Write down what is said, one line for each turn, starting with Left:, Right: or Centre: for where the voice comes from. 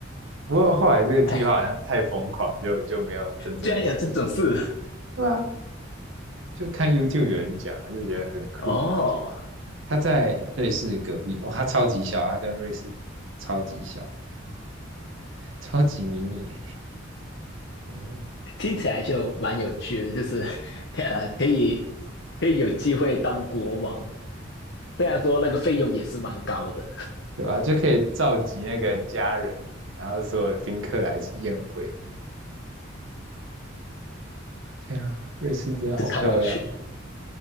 Right: 不过后来这个计划好像太疯狂，
Left: 哎，
Right: 就就没有真正的实现。
Left: 居然有这种事，
Right: 对啊，就看 YouTube 有人讲，就觉得很酷，
Left: 哦，
Right: 然后就他在瑞士隔壁，哇、他超级小，他跟瑞士比超级小，超级迷你耶哦，
Left: 听起来就蛮有趣的，就是 <laughs> 呃，可以可以有机会当国王，虽然说那个费用也是蛮高的，
Right: 对吧、就可以召集那个家人，然后所有宾客来一起宴会。天啊，瑞士真的好漂亮！
Left: 这超有趣。